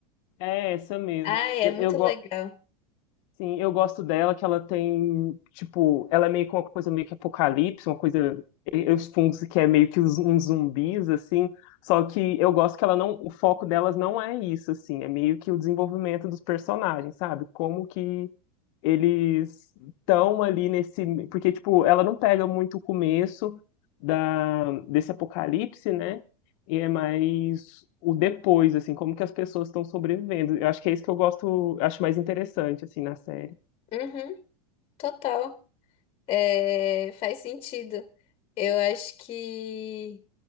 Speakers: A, on the left; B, on the left.
A: é essa mesmo.
B: Ah, é
A: Eu,
B: muito
A: eu, go-
B: legal.
A: Sim, eu gosto dela, que ela tem, tipo, ela é meio que uma coisa meio que apocalipse, uma coisa, eu suponho que é meio que uns, uns zumbis, assim, só que eu gosto que ela não, o foco delas não é isso, assim, é meio que o desenvolvimento dos personagens, sabe? Como que eles estão ali nesse. Porque, tipo, ela não pega muito o começo da, desse apocalipse, né? E é mais o depois, assim, como que as pessoas estão sobrevivendo. Eu acho que é isso que eu gosto, acho mais interessante, assim, na série.
B: Uhum, total. É, faz sentido. Eu acho que